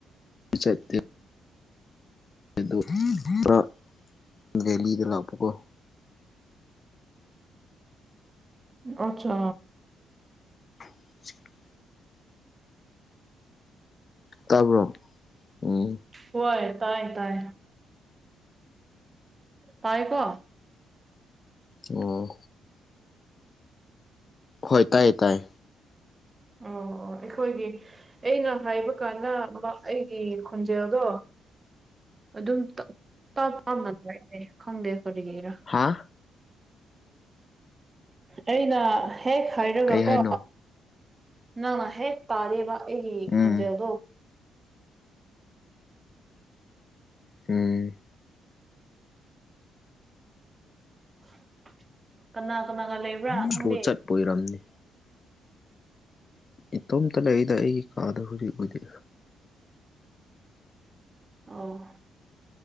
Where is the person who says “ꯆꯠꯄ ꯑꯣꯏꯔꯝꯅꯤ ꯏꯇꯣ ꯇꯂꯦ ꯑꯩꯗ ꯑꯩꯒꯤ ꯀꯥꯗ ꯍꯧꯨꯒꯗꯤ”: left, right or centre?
Left